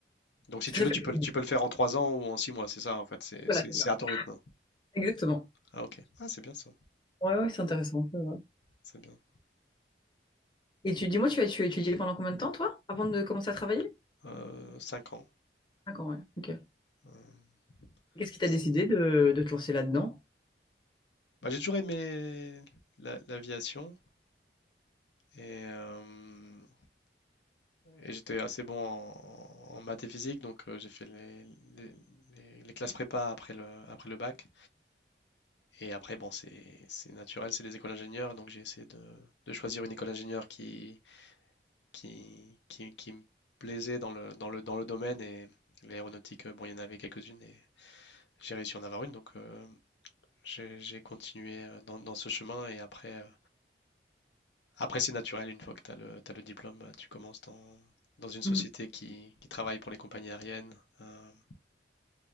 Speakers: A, on the left (about 85°); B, on the left (about 25°).
A: donc si
B: c'est
A: tu
B: très
A: veux,
B: flexible,
A: tu peux, le- tu peux le faire en trois ans ou en six mois, c'est ça en fait, c'est
B: voilà,
A: c'est-
B: c'est
A: c'est
B: ça.
A: à ton rythme.
B: Exactement.
A: Ah OK. Ah c'est bien ça,
B: Ouais, ouais, c'est intéressant. ça va.
A: c'est bien.
B: Et tu dis-moi, tu as, tu as étudié pendant combien de temps toi, avant de commencer à travailler?
A: Heu, 5 ans.
B: D'accord, ouais, ok.
A: Heu,
B: Qu'est-ce qui t'a
A: c
B: décidé de, de te lancer là-dedans?
A: bah, j'ai toujours aimé l'a l'aviation et hem et j'étais assez bon en en maths et physique, donc heu, j'ai fait les les les les classes prépa après le après le bac et après bon c'est c'est naturel, c'est les écoles d'ingénieurs, donc j'ai essayé de de choisir une école d'ingénieur qui qui qui qui me plaisait dans le dans le dans le domaine et l'aéronautique, euh, bon il y en avait quelques-unes et j'ai réussi à en avoir une donc heu J'ai j'ai continué euh, dans, dans ce chemin et après, euh, après c'est naturel, une fois que tu as le, t'as le diplôme, euh, tu commences dans, dans une société
B: Mhm.
A: qui, qui travaille pour les compagnies aériennes euh,